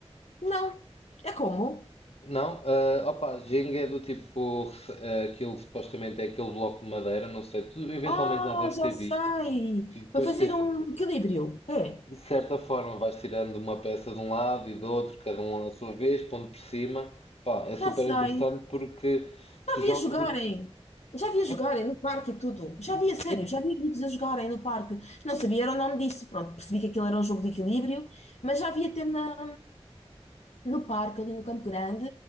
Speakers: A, on the left; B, on the left.
A: Não. É como?
B: Não, ah, opa, Jenga é do tipo, rece- ah, aquilo supostamente é aquele bloco de madeira, não sei, tu eventualmente
A: Ah,
B: já deve ter
A: já sei!
B: visto. E depois
A: Para fazer
B: tens,
A: um equilíbrio. É,
B: de certa forma, vais tirando uma peça de um lado e do outro, cada um à sua vez, pondo por cima. Pá, é super
A: já sei.
B: interessante porque
A: Já
B: tu jogas.
A: vi a jogarem.
B: e-
A: Já vi a
B: É,
A: jogarem no parque e tudo. Já vi a
B: sim,
A: sério, já vi amigos a jogarem no parque. Não sabia era o nome disso. Pronto, percebi que aquilo era um jogo de equilíbrio, mas já vi até na, no parque, ali no Campo Grande,